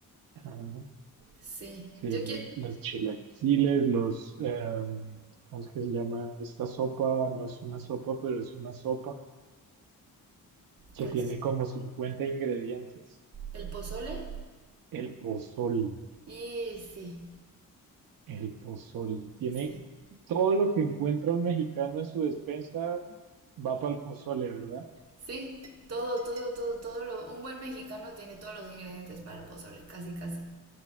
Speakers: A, on the right (about 80°); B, on the right (about 45°).
A: Ah,
B: Sí,
A: Sí,
B: yo
A: lo-
B: quiero,
A: los chilaquiles, los, em, ¿cómo es que se llama? Esta sopa, no es una sopa, pero es una sopa que
B: pues,
A: tiene como 50 ingredientes.
B: el pozole
A: El pozole,
B: y sí,
A: el pozole, tiene
B: sí,
A: todo lo que encuentra un mexicano en su despensa, va para el pozole, ¿verdad?
B: sí, todo, todo, todo, todo lo, un buen mexicano tiene todos los ingredientes para el pozole, casi, casi.